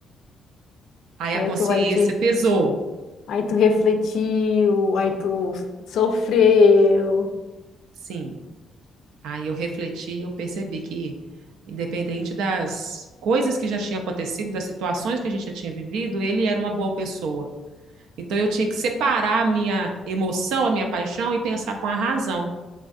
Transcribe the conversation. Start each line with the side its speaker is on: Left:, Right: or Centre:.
Right: Aí
Left: Aí
Right: a consciência
Left: tu vai te.
Right: pesou.
Left: Aí tu refletiu, aí tu sofreu,
Right: Sim. Aí eu refleti e eu percebi que, independente das coisas que já tinham acontecido, das situações que a gente já tinha vivido, ele era uma boa pessoa. Então eu tinha que separar a minha emoção, a minha paixão e pensar com a razão.